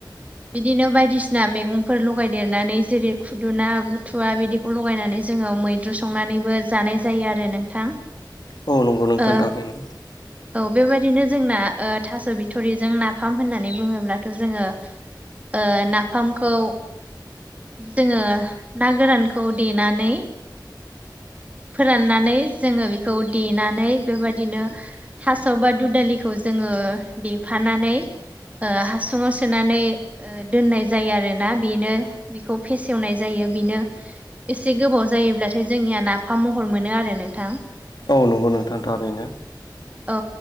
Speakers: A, on the right; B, on the left.
A: बिदिनो बायदिसिना मैगं फोर लगायदेरनानै जेरै खुदुना बुथुवा बिदिखौ लगायनानै जोङो मैद्रु संनानैबो जानाय जायो आरो नोंथां
B: औ नंगौ नोंथां
A: ओ
B: थारैनो
A: औ बेबायदिनो जोंना ओ थास' बिथ'रिजों नाफाम होननानै बुङोब्लाथ' जोङो ओ नाफामखौ जोङो ना गोरानखौ देनानै फोराननानै जोङो बेखौ देनानै बेबायदिनो थास' बा दु दालिखौ जोङो देफानानै ओ हासुङाव सोनानै दोननाय जायो आरो ना बेनो बेखौ फेसेवनाय जायो बेनो एसे गोबाव जायोब्लाथाय जोंनिया नाफाम महर मोनो आरो नोंथां
B: औ नंगौ नोंथां ओरैनो
A: औ